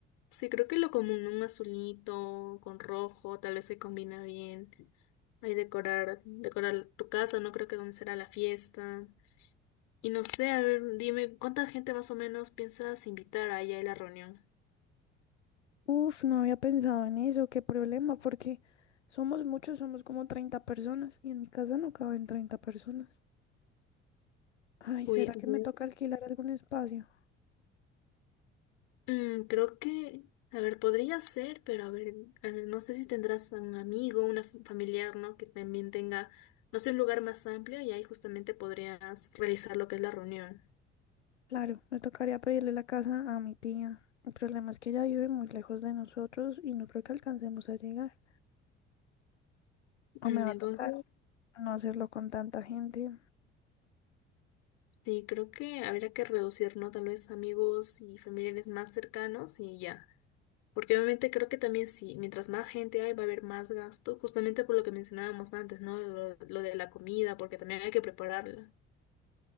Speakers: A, on the left; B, on the left.
A: sí, creo que lo común, un azulito con rojo, tal vez se combina bien. Ahí decorar, decorar tu casa, no creo que donde será la fiesta. Y no sé, a ver, dime, ¿cuánta gente más o menos piensas invitar allá a la reunión?
B: Uf, no había pensado en eso, qué problema, porque somos muchos, somos como 30 personas y en mi casa no caben 30 personas. Ay,
A: Uy,
B: ¿será
A: a
B: que
A: ver,
B: me toca alquilar algún espacio?
A: Mm, creo que, a ver, podría ser, pero a ver, a ver, no sé si tendrás un amigo, una fa- familiar, ¿no? Que también tenga, no sé, un lugar más amplio y ahí justamente podrías realizar lo que es la reunión.
B: Claro, me tocaría pedirle la casa a mi tía. El problema es que ella vive muy lejos de nosotros y no creo que alcancemos a llegar.
A: Mm,
B: O me va
A: entonces,
B: a tocar no hacerlo con tanta gente.
A: sí, creo que habría que reducir, ¿no? Tal vez amigos y familiares más cercanos y ya. Porque obviamente creo que también sí, mientras más gente hay, va a haber más gasto, justamente por lo que mencionábamos antes, ¿no? Lo, lo de la comida, porque también hay que prepararla.